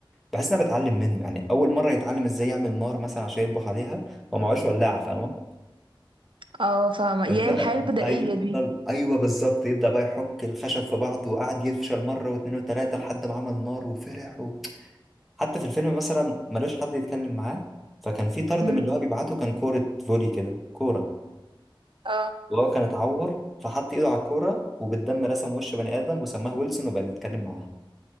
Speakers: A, in the centre; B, on the right.
A: بحس ان انا بتعلم منه يعني اول مرة يتعلم ازاي يعمل نار مثلا عشان يطبخ عليها هو معهوش ولاعة فاهمة
B: اه فاهمه يا
A: فبدأ
B: الحياه البدائيه
A: هيفضل
B: دي
A: <laughs> ايوه بالظبط يبدأ بقى يحك الخشب في بعض وقعد يفشل مرة واتنين وتلاتة لحد ما عمل نار وفرح حتى في الفيلم مثلا ملوش حد يتكلم معاه فكان في طرد
B: امم
A: من اللي هو بيبعته كان كورة فولي كده كورة
B: اه
A: وهو كان اتعور فحط ايده على الكورة وبالدم رسم وش بني آدم وسماه ويلسون وبقى بيتكلم معاه